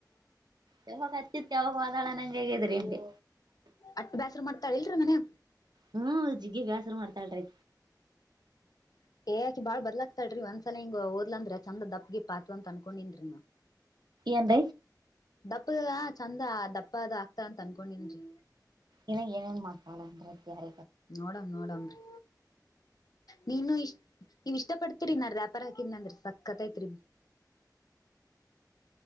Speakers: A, on the right; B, on the left.
A: ಯಾವಾಗ ಹಚ್ಚಿತ್ ಯಾವಾಗ ಹೋದಳೋ ನಂಗೆ ಹೇಗಿದ್ರಿ ನಿಮಗೆ
B: ಅಟ್ಟು ಬೇಸ್ರ ಮಾಡ್ತಾಳಿಲ್ರ ಮನ್ಯ
A: ಹ್ಮ್ ಜಿಗ್ಗಿ ಬ್ಯಾಸರು ಮಾಡ್ತಾಲ್ರಿ
B: <inaudible> ಏಾಕ ಬಾಳ ಬದಲಾತಾಳ್ರೀ ಒಂದ್ಸಲ ಹಿಂಗ ದ್ಲ ಅಂದ್ರೆ ಚಂದ ದಪ್ಗಿ ಪಾತ ಅಂತ ಅನ್ಕೊಂಡನ್್ರೀನು
A: ಎಂದ
B: ದಪ್ಪದ ಚಂದ ದಪ್ಪ ಅದ ಆಗ್ತಾರಂತ ಅನ್ಕೊಂಡನ್ರಿ
A: ಇನ್ನ ಏನೇನ್ ಮಾತಾನಂದ ಯಾರ
B: ನೋಡಂ ನೋಡಮರಿ ನೀನು ಇಷ್ಟ ನೀವ ಇಷ್ಟ ಪಡ್ತೀರಿ ನ ವ್ಯಾಪಾರ ಇನ್ನಂದ್ರ ಸಕ್ಕತ್ಐತ್ರಿ